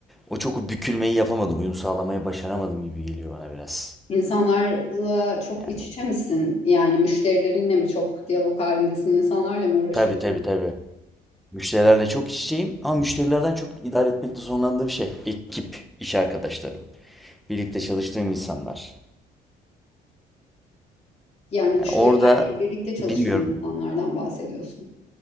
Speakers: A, in the centre; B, on the left (about 40°).
A: O çok o bükülmeyi yapamadım, uyum sağlamayı başaramadım gibi geliyor bana biraz.
B: İnsanlarla çok
A: Yani
B: iç içe misin? Yani müşterilerinle mi çok diyalog halindesin? İnsanlarla mı uğraşıyorsun?
A: tabii tabii tabii. Müşterilerle çok iç içeyim ama müşterilerden çok idare etmekte zorlandığım şey ekip, iş arkadaşlarım, birlikte çalıştığım insanlar.
B: Yani müşterilerle
A: Yani orada
B: birlikte çalışan
A: bilmiyorum
B: insanlardan bahsediyorsun.